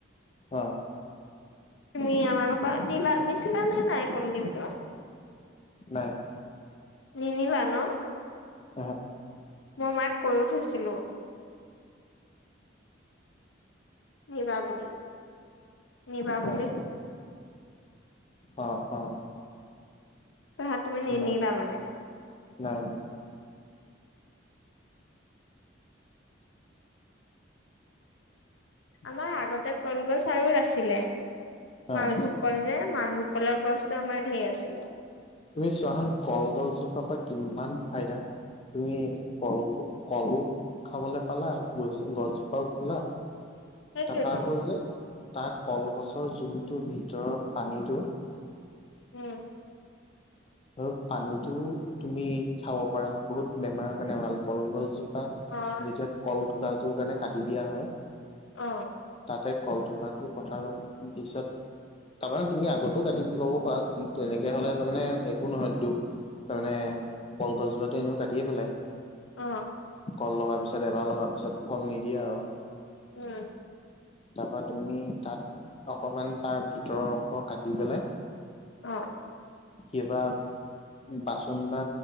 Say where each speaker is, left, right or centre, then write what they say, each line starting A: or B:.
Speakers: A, on the left; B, on the left.
A: অ'।
B: তুমি আমাৰ ক পৰা নিচিলা নে নাই কলদিলটো?
A: নাই।
B: নিনিলা ন।
A: অ'।
B: মই মাক কৈ থৈছিলো। নিবা বুলি, নিবা বুলি।
A: অ অ' অ'।
B: তাত তুমি নিনিলা
A: নাই
B: মানে?
A: নাই নাই।
B: আমাৰ আগতে কলগছ আৰু আছিলে, মালভোক
A: অ
B: যে মালভোগকলৰ গছ ধেৰ আছিলে।
A: তুমি চোৱাহুন কলগছজোপা পা কিমান ফাইদা তুমি কল কলু খাবলৈ পালা গছ গছজোপাও খলা
B: সেইটোৱেতো
A: তাৰপৰা আকৌ যে তাৰ কলগছৰ জুনটো ভিতৰৰ পানীটো
B: উম
A: আৰু পানীতো তুমি খাব পাৰা বহুত বেমাৰৰ কাৰণে ভাল কলগছ
B: হয়
A: যেতিয়া কল থোকাটোৰ কাৰণে কাটি দিয়া হয়
B: আহ
A: তাতে কল থকাটো কথাৰ পিছত তাৰমানে তুমি আগতো কাটি ল'ব পাৰা তেনেকে হলে তাৰমানে নহয় দুখ তাৰ মানে কলগছোপাতো এনেও কাটিয়ে পেলাই
B: অ
A: কল লগা পিছত এবাৰ লগাৰ পিছত ফল নিদিয়ে আৰু
B: উম
A: তাৰপা তুমি তাত অকমান তাৰ ভিতৰৰ অংশ কাটি পেলাই
B: অ
A: কিবা বাচন বা